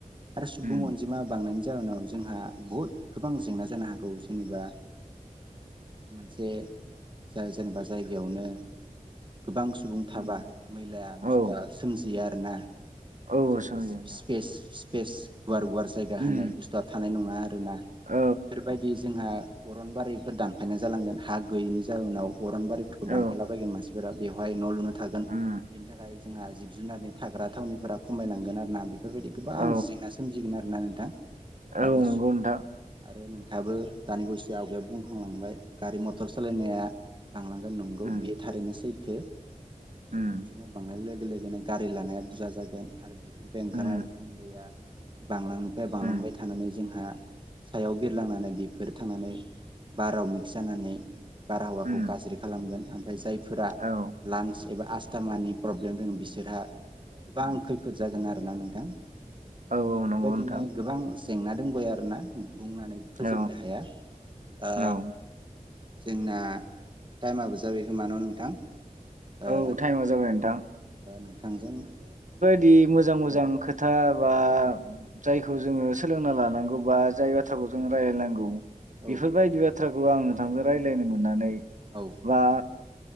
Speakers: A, on the right (about 35°); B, on the right (about 65°).
A: आरो सुबुं
B: उम
A: अनजिमा बांनायनि जाहोनाव जोंहा बुहुद गोबां जेंना जानो हागौ जेनेबा मोनसे जाय जेनेबा जायगायावनो गोबां सुबुं थाबा
B: उम
A: मैलाया बुस्थुआ
B: औ
A: सोमजियो आरो। <unintelligible>
B: औ
A: जोंहा
B: सोलियो नोंथां
A: स्पे-स्पेस <unintelligible> गुवार- गुवार जायगा होनाय
B: उम
A: बुस्थुआ थानाय नङा आरोना
B: औ
A: बेफोरबायदि जोंहा अरनबारिफोर दानफायनाय जालांगोन हा गैयिनि जाउनाव अरनबारिफोरखौ
B: औ
A: दानफायलाबायगोन मानसि <unintelligible> बेवहाय न लुनो थागोन
B: उम
A: बेनि थाखाय जोंहा जि जुनारनि थाग्रा थावनिफोरा खमायलांगोन आरो ना बेफोरबायदि गोबां
B: औ
A: जेंना सोमजिगोन आरो। <unintelligible> नोंथां।
B: औ
A: आरो
B: नंगौ नोंथां
A: आरो <unintelligible> थाबो दानि बयैसो आवगायाव बुंखांलांबाय गारि मटर सालायनाया बांलांगोन नंगौ
B: उम
A: बेयो थारैनो सैथो
B: उम
A: सुबुं अनजिमा बांनाय लोगो लोगो -लोगोनो गारि लानाया बुरजा जागोन आरो बे बेनिफ्राय ओंखारनाय
B: उम
A: उखुन्दैया बांलांनिफ्राय बांलांबाय
B: उम
A: थानानै जोंहा सायाव बिरलांनानै बेफोर थांनानै बाराव मिक्स जानानै बारहावाखौ
B: उम
A: गाज्रि खालामगोन जायफोरा
B: औ औ
A: लान्स एबा <unintelligible> स्टमानि प्रब्लेम दङ बिसोरहा गोबां खैफोद जागोन आरो। ना नोंथां
B: औ
A: बेफोरबायदिनो
B: नंगौ नोंथां
A: गोबां जेंना दंबोबायो आरोना बुंनानै फोजोबनो
B: औ
A: हाया ओ
B: औ
A: जोंना टाइमाबो जाबायखोमा ना नोंथां? ओ
B: औ टाइमा जाबाय नोंथां।
A: नोंथांजों
B: बि मोजां-मोजां
A: औ
B: खोथा बा जायखौ जोङो सोलोंना लानांगौ बा जाय बाथ्राखौ जों रायलायनांगौ
A: औ
B: बिफोरबादिबाथ' बाथ्राखौ आं नोंथांजों रायज्लायनो मोननानै
A: औ
B: बा